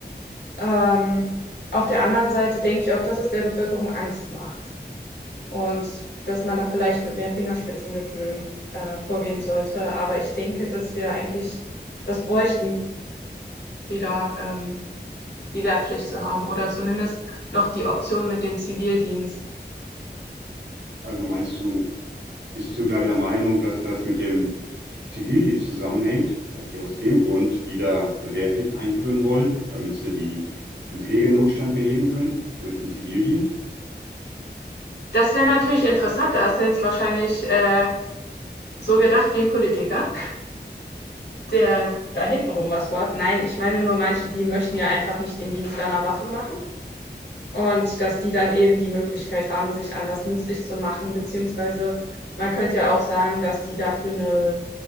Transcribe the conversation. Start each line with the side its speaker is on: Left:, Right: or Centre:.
Left: Ähm, auf der anderen Seite denke ich auch, dass es der Bevölkerung Angst macht und dass man da vielleicht mit mehr Fingerspitzengefühl äh, vorgehen sollte. Aber ich denke, dass wir eigentlich das bräuchten. wieder ähm, die Wehrpflicht zu haben oder zumindest noch die Option mit dem Zivildienst.
Right: Also meinst du, bist du da der Meinung, dass das mit dem Zivildienst zusammenhängt, dass sie aus dem Grund wieder eine Wehrpflicht einführen wollen, damit sie die, den Pflegenotstand beheben können durch den Zivildienst?
Left: Das wäre natürlich interessant, da hast du jetzt wahrscheinlich äh, so gedacht wie ein Politiker, der da hintenrum was wort. Nein, ich meine nur manche, die möchten ja einfach nicht den Dienst einer Waffe machen und dass die dann eben die Möglichkeit haben, sich anders nützlich zu machen, beziehungsweise man könnte ja auch sagen, dass die dafür eine